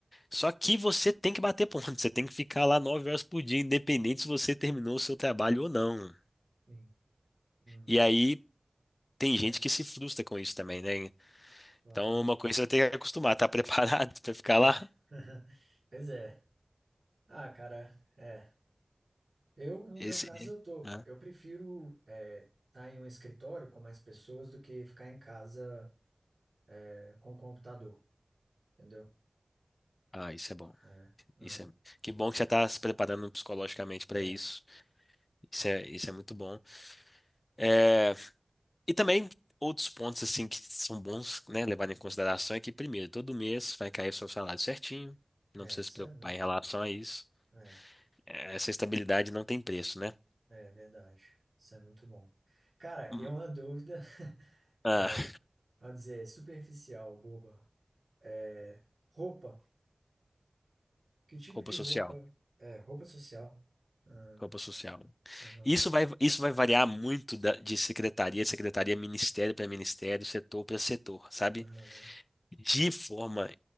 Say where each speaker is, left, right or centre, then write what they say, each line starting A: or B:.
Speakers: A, on the left; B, on the right.
A: Só que você tem que bater ponto, <laughs> você tem que ficar lá nove horas por dia, independente se você terminou o seu trabalho ou não.
B: sim, uhum.
A: E aí tem
B: É,
A: gente que se frustra com isso também, né?
B: claro.
A: Então, uma coisa você vai ter que acostumar, tá preparado <laughs> para ficar
B: É.
A: lá?
B: <laughs> Pois é. Ah, cara, é. Eu, no meu
A: Esse,
B: caso, eu tô.
A: ah,
B: Eu prefiro é, estar em um escritório com mais pessoas do que ficar em casa é, com o computador, entendeu?
A: ah, isso é bom.
B: É, uhum,
A: Isso é, que bom que você está se preparando psicologicamente para
B: é.
A: isso. Isso é, isso é muito bom. É, e também outros pontos assim que são bons, né, levar em consideração é que primeiro, todo mês vai cair o seu salário certinho, não
B: É,
A: precisa
B: isso
A: se preocupar
B: é muito
A: em relação a isso.
B: É,
A: É, Essa estabilidade não tem preço, né?
B: é verdade. Isso é muito bom. Cara,
A: Hum,
B: e uma dúvida, <laughs> é,
A: Ah,
B: vamos dizer, superficial, boba. É, roupa. Que tipo
A: roupa
B: de
A: social.
B: roupa? É, roupa social. Ah,
A: Roupa social.
B: Aham,
A: Isso vai, isso vai variar muito da- de secretaria, a secretaria, ministério para ministério, setor para setor, sabe?
B: aham,
A: De forma